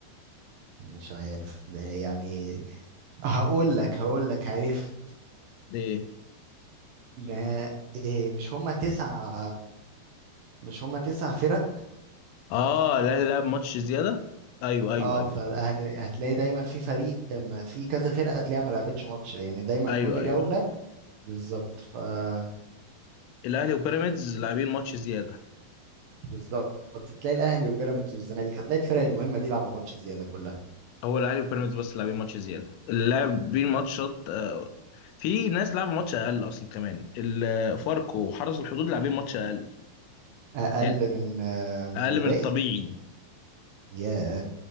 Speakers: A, on the right; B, on the left.
A: مش عارف ده يعني هقول لك هقول لك عارف
B: دي ايه
A: ما إيه مش هما تسع مش هما تسع فرق
B: اه الاهلي لعب ماتش زياده ايوه ايوه
A: اه
B: ايوه
A: فالاهلي هتلاقي دايما في فريق أما في كذا فرقة هتلاقيها ما لعبتش ماتش لان دايما
B: ايوه
A: كل
B: ايوه
A: جولة بالظبط فهتلاقي
B: الاهلي وبيراميدز لاعبين ماتش زياده
A: بالظبط هتلاقي الاهلي وبيراميدز والزمالك هتلاقي الفرق المهمة دي لعبوا ماتش زيادة كلها
B: هو الاهلي وبيراميدز بس لاعبين ماتش زياده اللاعبين ماتشات آه، في ناس لعبوا ماتش اقل اصلا كمان ال- فاركو وحرس الحدود لاعبين ماتش اقل
A: اقل
B: يعني
A: من آه، من
B: اقل
A: الباقي
B: من الطبيعي
A: ياه